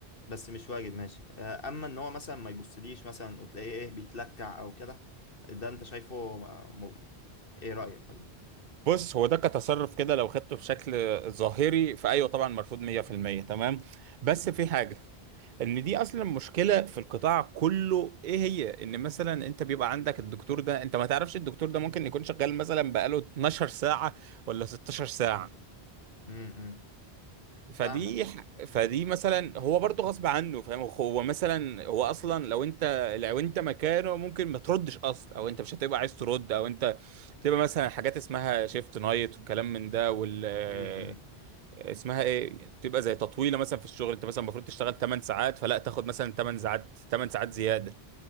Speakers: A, on the left; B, on the right.
A: بس مش واجد ماشي آه، اما ان هو مثلا ما يبصليش مثلا وتلاقيه ايه بيتلكع او كده ده انت شايفه م... م- ايه رأيك ولا
B: بص هو ده كتصرف كده لو خدته في شكل ظاهري فايوه طبعا مرفوض 100% تمام بس في حاجة ان دي اصلا مشكلة في القطاع كله ايه هي ان مثلا انت بيبقى عندك الدكتور ده انت ما تعرفش الدكتور ده ممكن يكون شغال مثلا بقاله 12 ساعة ولا 16 ساعة
A: امم إمم.
B: فدي
A: فاهمك
B: فدي مثلا هو برضه غصب عنه فاهم هو مثلا هو اصلا لو انت لو انت مكانه ممكن ما تردش اصلا او انت مش هتبقى عايز ترد او انت تبقى مثلا حاجات اسمها شيفت نايت والكلام من ده وال آه،
A: امم إمم.
B: اسمها ايه تبقى زي تطويله مثلا في الشغل انت مثلا المفروض تشتغل 8 ساعات فلا تاخد مثلا 8 ساعات 8 ساعات زياده